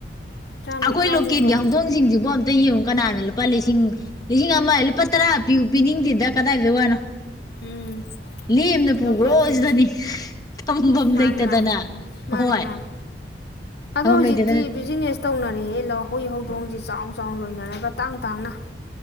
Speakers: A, on the left; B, on the left.
A: ꯇꯔꯥꯃꯔꯤ
B: ꯑꯩꯈꯣꯏ
A: ꯇꯔꯥꯍꯨꯝꯗꯣꯏ
B: ꯂꯣꯀꯦꯜꯒꯤ ꯍꯧꯗꯣꯡꯁꯤꯡꯁꯤꯕꯨ ꯑ ꯌꯦꯡꯉꯨ ꯀꯅꯥꯅ ꯂꯨꯄꯥ ꯂꯤꯁꯤꯡ ꯂꯤꯁꯤꯡ ꯑꯃ ꯂꯨꯄꯥ ꯇꯔꯥ ꯄꯤꯌ ꯄꯤꯅꯤꯡꯗꯦꯗ ꯀꯗꯥꯏꯗ ꯋꯥꯅꯣ
A: ꯎꯝ
B: ꯂꯦꯝꯅ ꯄꯨꯈ꯭ꯔꯣ
A: ꯂꯣꯀꯦꯜ ꯐ꯭ꯔꯤ
B: ꯁꯤꯗꯅꯤ ꯊꯝꯐꯝ
A: ꯃꯥꯅꯤ
B: ꯂꯩꯇꯗꯅ
A: ꯃꯥꯅꯤ ꯃꯥꯅꯤ
B: ꯍꯣꯏ
A: ꯃꯥꯅꯤ ꯑꯗꯣ
B: ꯊꯝꯐꯝ
A: ꯍꯧꯖꯤꯛꯇꯤ
B: ꯂꯩꯇꯗꯅ
A: ꯕꯤꯖꯤꯅꯦꯁ ꯇꯧꯅꯔꯦꯍꯦ ꯂꯧ ꯍꯧ ꯍꯧꯗꯣꯡꯁꯤ ꯆꯥꯎ ꯆꯥꯎꯅ ꯂꯣꯏꯅꯔꯒ ꯇꯥꯡ ꯇꯥꯡꯅ